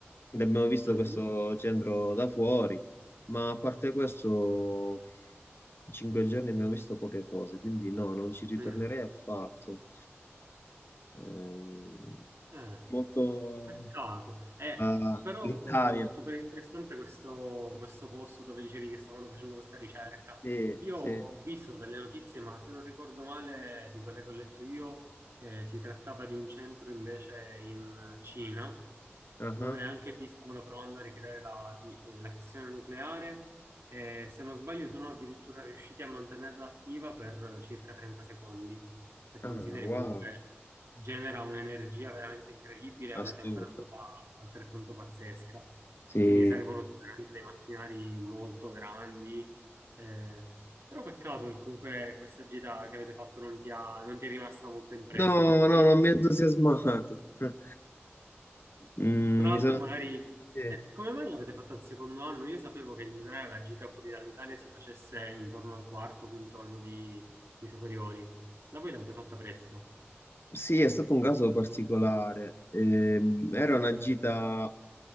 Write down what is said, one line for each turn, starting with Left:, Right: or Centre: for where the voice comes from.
Left: Quindi abbiamo visto
Right: Mhm,
Left: questo centro da fuori, ma a parte questo, in cinque giorni abbiamo visto poche cose, quindi no, non ci ritornerei
Right: mm,
Left: affatto. Ehm,
Right: eh.
Left: molto
Right: Peccato. Eh,
Left: ah,
Right: però
Left: l'Italia,
Right: super interessante questo, questo posto dove dicevi che stavano facendo questa ricerca.
Left: sì,
Right: Io
Left: sì.
Right: ho visto delle notizie, ma se non ricordo male, di quelle che ho letto io, eh, si trattava di un centro invece in Cina,
Left: ah
Right: dove
Left: ah.
Right: anche lì stavano provando a ricreare la, fi- la fissione nucleare e se non sbaglio sono addirittura riusciti a mantenerla attiva per circa 30 secondi. Se consideri
Left: Ah, wow,
Right: comunque genera un'energia veramente incredibile e
Left: assurdo.
Right: una temperatura altrettanto pazzesca.
Left: Sì,
Right: Quindi servono sicuramente dei macchinari molto grandi. eh, però peccato che comunque questa gita che avete fatto non ti ha- non ti è rimasta molto impressa,
Left: No,
Right: perché
Left: no,
Right: io,
Left: non mi ha entusiasmato. <laughs> Mm,
Right: tra l'altro,
Left: mi sono-
Right: magari...
Left: eh,
Right: eh, come mai l'avete fatta al secondo anno? Io sapevo che in generale la gita fuori dall'Italia si facesse intorno al quarto, quinto anno di, di superiori. Da voi l'avete fatta presto.
Left: Sì, è stato un caso particolare. Ehm, era una gita